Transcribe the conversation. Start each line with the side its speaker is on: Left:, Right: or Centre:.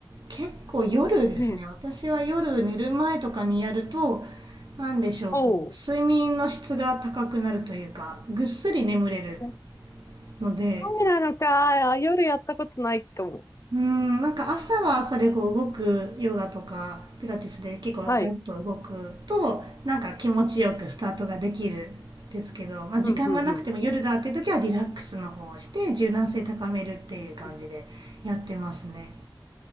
Right: 結構夜ですね。
Left: ねえ。
Right: 私は夜寝る前とかにやると、なんでしょう、
Left: おう。
Right: こう、睡眠の質が高くなるというか、ぐっすり眠れる
Left: え
Right: ので、
Left: そうなのか。あ夜やったことないかも。
Right: うん、なんか朝は朝でこう動くヨガとかピラティスで結構ガッと動くとなんか気持ちよくスタートができるんですけど、
Left: はい。
Right: まあ、時間がなくても夜だっていう時はリラックスの方をして柔軟性高めるっていう感じでやってますね。
Left: うん、うん、うん。うん